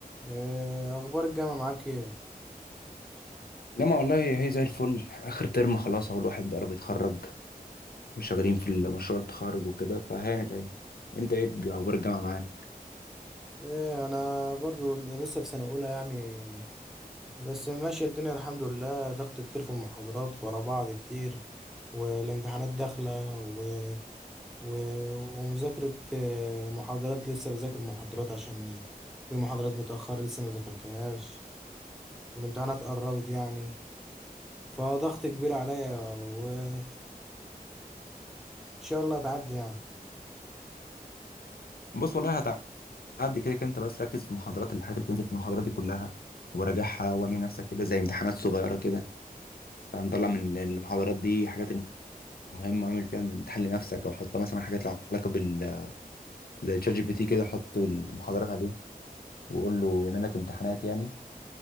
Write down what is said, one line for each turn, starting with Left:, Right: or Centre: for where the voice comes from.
Centre: إيه اخبار الجامعه معاك ايه
Left: جامعة والله هي زي الفل آخر ترم خلاص أهو الواحد قرب يتخرج وشغالين في مشروع التخرج وكده فهانت أهي أنت إيه الج- أخبار الجامعة معاك؟
Centre: ايه انا برضو لسه في سنه اولى يعني بس ماشيه الدنيا الحمد لله ضغط كتير في المحاضرات ورا بعض كتير والامتحانات داخله و... و... ومذاكره آه، محاضرات لسه بذاكر محاضرات عشان في محاضرات متاخره لسه ما ذاكرتهاش والامتحانات قربت يعني فضغط كبير عليا وان شاء الله هتعدي يعني
Left: بص والله هتعدي كده كده أنت بس ركز في المحاضرات الحاجات اللي بتنزل في المحاضرات دي كلها وراجعها واعمل نفسك كده زي امتحانات صغيرة كده فمطلع من المحاضرات دي حاجات مهمة اعمل فيها امتحان لنفسك أو حط مثلا حاجات لها علاقة بال زي تشات جي بي تي كده حط المحاضرات عليه وقول له يعمل لك امتحانات يعني